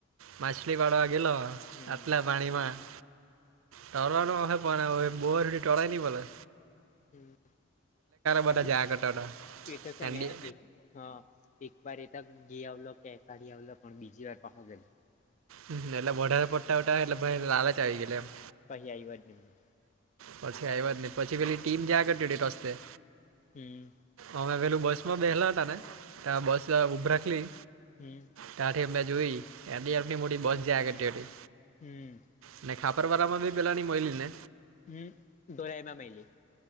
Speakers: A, on the right (about 90°); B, on the left (about 35°).
A: માછલી પાડવા ગેલો
B: હમ
A: આટલા પાણી માં ટરટ હહે પણ બોર હે ટળાય નઈ મલે
B: હમ
A: બધા
B: અને
A: જયા કરતા હતા
B: એટો સેને
A: એન્ડી
B: એક હા એક વાર એતા ઘી આવલો કે કાડી આવલો પણ બીજી વાર પહો ગેલો
A: હ એટલે વધારે પડતા હુતા એટલે ભાઈન લાલચ આવી ગયેલી એમ.
B: પહી આવ્યો જ ની
A: પછી આવ્યા જ નહી પછી પેલી ટીમ જાયા કરતી હુતી રસ્તે
B: હમ
A: અમે પેલું બસ માં બેહલા હતા ને ત્યાં બસ ઉભરાખલી
B: હમ
A: ત્યાંથી એમને જોઈ એટીએફની મોટી બસ જાયા કરતી હુતી
B: હમ
A: નાને ખાપર બરા માં ભી પેલાની મઈલી ને
B: હમ ધોરાઈ મા મેૈલી.